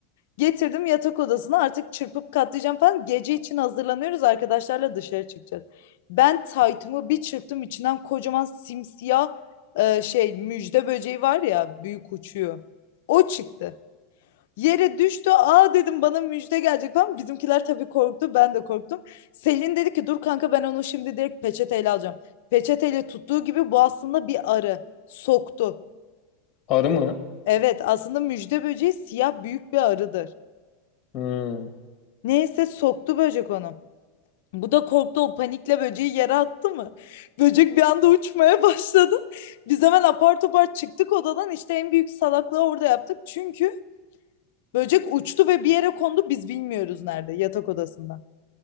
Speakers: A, on the left; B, on the left.
A: Getirdim yatak odasına artık çırpıp katlayacağım falan. Gece için hazırlanıyoruz arkadaşlarla dışarı çıkacağız. Ben taytımı bir çırptım içinden kocaman simsiyah e, şey müjde böceği var ya büyük uçuyor. O çıktı. Yere düştü. Aa dedim bana müjde gelecek falan. Bizimkiler tabii korktu. Ben de korktum. Selin dedi ki dur kanka ben onu şimdi direkt peçeteyle alacağım. Peçeteyle tuttuğu gibi bu aslında bir arı. Soktu.
B: Arı mı?
A: Evet aslında müjde böceği siyah büyük bir arıdır.
B: Hmm.
A: Neyse soktu böcek onu. Bu da korktu o panikle böceği yere attı mı? Böcek bir anda uçmaya <laughs> başladı. Biz hemen apar topar çıktık odadan işte en büyük salaklığı orada yaptık. Çünkü böcek uçtu ve bir yere kondu biz bilmiyoruz nerede yatak odasında.